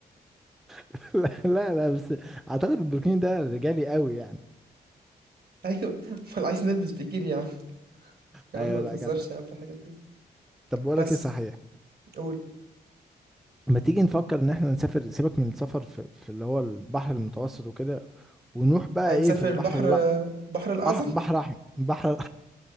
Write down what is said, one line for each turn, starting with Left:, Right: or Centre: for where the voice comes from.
Centre: <laughs> لا لا لا بس اعتقد البروكين ده رجالي قوي يعني
Right: أيوة <laughs> أمال عايز نلبس بيكيني يا عم يا
Centre: ايوه
Right: عم ما
Centre: لا
Right: تهزرش
Centre: جدع
Right: يا عم في الحاجات دي
Centre: طب بقول
Right: بس
Centre: لك ايه صحيح
Right: قول
Centre: ما تيجي نفكر ان احنا نسافر سيبك من السفر في, في اللي هو البحر المتوسط وكده ونروح بقى
Right: عايز
Centre: ايه
Right: تسافر
Centre: في البحر
Right: البحر
Centre: لا
Right: البحر الأعظم
Centre: أح... بحر احمر بحر